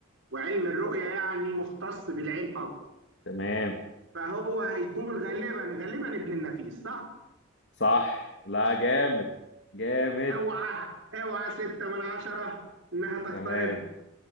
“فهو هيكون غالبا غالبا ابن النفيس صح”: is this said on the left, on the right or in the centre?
Right